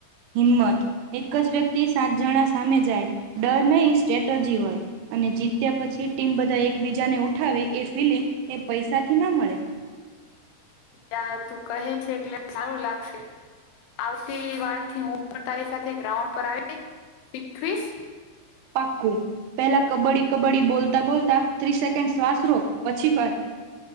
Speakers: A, on the right; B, on the left.
A: હિંમત એક જ વ્યક્તિ સાત જણા સામે જાય ડર નહી સ્ટ્રેટજી હોય. અને જીત્યા પછી ટીમ બધા એકબીજાને ઉઠાવે એ ફિલે એ પૈસાથી ના મળે.
B: યાર તું કહે છે એટલે સારું લાગશે. આવતી વાર થી હું પણ તારી સાથે ગ્રાઉન્ડ પર આવી શીવીસ
A: પાક્કું પેલા કબડ્ડી કબડ્ડી બોલતા બોલતા ત્રી સેકન્ડ શ્વાસ રોક પછી વાત